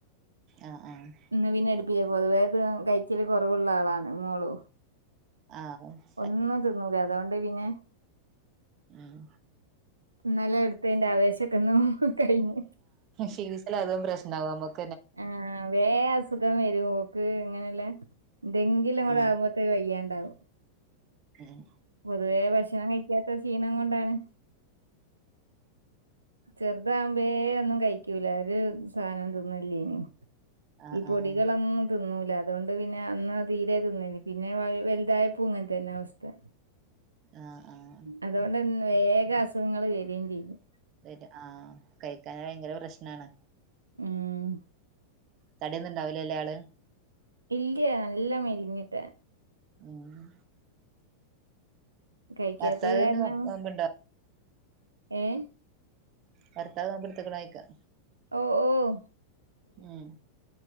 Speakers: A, on the right (about 35°); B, on the right (about 80°).
A: ആഹ് ആഹ്
B: ഇന്ന് പിന്നെ ഹെൽപ്പെയ്യ പൊതുവെ കൈച്ചല് കുറവുള്ള ആളാണ് മോളു
A: ആഹ് അതെ
B: ഒന്നും തിന്നൂല അതോണ്ട് പിന്നെ
A: ഉം
B: ഇന്നലെ എടുത്തയ്ന്റെ ആവേശക്കെന്നോ കഴിഞ്ഞ്
A: ശീരിസൽ അതും പ്രശനാവും അമ്മക്ക്
B: ആഹ് വേ അസുഖം വരും ഓക്ക് ഇങ്ങനെയല്ല എന്തെങ്കിലും അങ്ങട്
A: ആഹ്
B: ആവുമ്പോ ത്തെ വയ്യാണ്ടാവും
A: ആഹ്
B: പൊതുവേ ഭക്ഷണം കഴിക്കാത്ത ക്ഷീണം കൊണ്ടാണ് ചെറുതാവുമ്പേ ഒന്നും കഴിക്കൂല ഒരു സാധനം തിന്നലില്ലെനി
A: ആഹ്
B: ഈ പൊടികളൊന്നും
A: ആഹ്
B: തിന്നൂല അതോണ്ട് പിന്നെ അന്ന് തീരെ തിന്നനി പിന്നെ വ വലുതായപ്പൊങ്ങൻ തന്നെ അവസ്ഥ
A: ആഹ് ആഹ്
B: അതുകൊണ്ടന്നെ വേഗം അസുഖങ്ങള് വരേം ചെയ്യും
A: <unintelligible> ആഹ് കഴിക്കാഞ്ഞ ഭയങ്കര പ്രശ്നാണ്
B: ഉം
A: തടിയൊന്നുണ്ടാവില്ലല്ലോ ആള്
B: ഇല്ല നല്ല മെലിഞ്ഞിട്ട
A: ആഹ്
B: കഴിക്കാത്ത
A: ഭർത്താവിന്
B: കാരണം
A: നോമ്പുണ്ടോ
B: ഏഹ്
A: വർത്താവ് ആത്ട്ത്ക്ക്ണോയ്ക്കാ
B: ഓഹ് ഓഹ്
A: ഉം